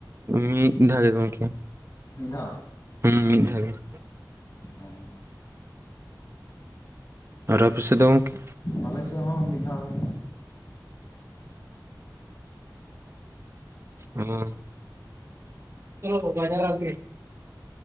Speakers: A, on the right; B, on the left.
A: ᱢᱤᱫ ᱫᱷᱟᱣ ᱜᱮ ᱜᱚᱝᱠᱮ᱾
B: ᱢᱤᱫ ᱫᱷᱟᱣ᱾
A: ᱦᱩᱸ ᱢᱤᱫ ᱫᱷᱟᱣ ᱜᱮ᱾
B: <unintelligible>
A: ᱟᱨ ᱟᱯᱮ ᱥᱮᱫ ᱫᱚ ᱜᱚᱝᱠᱮ?
B: ᱟᱞᱮ ᱥᱮᱫ ᱦᱚᱸ ᱢᱤᱫ ᱫᱷᱟᱣ ᱜᱮ
A: ᱦᱩᱸ <inaudible> ᱵᱟᱡᱟᱨ <inaudible>